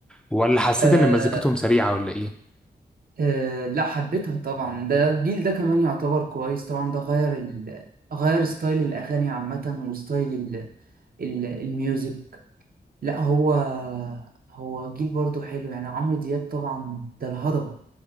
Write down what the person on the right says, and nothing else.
آه
آه لا حبيتها طبعا ده الجيل ده كمان يعتبر كويس طبعا ده غير ال... غير ستايل الأغاني عامة وستايل ال... ال... الميوزك لا هو هو جيل برضو حلو يعني عمرو دياب طبعا ده الهضبة